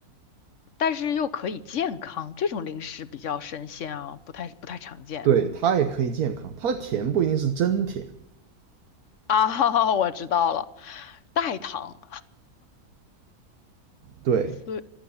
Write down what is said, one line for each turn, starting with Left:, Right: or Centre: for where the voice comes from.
Left: 但是又可以健康，这种零食比较神仙啊，不太不太常见。
Right: 对，它也可以健康。它的甜不一定是真甜，
Left: 啊，<laughs> 我知道了，代糖，
Right: 对，
Left: 所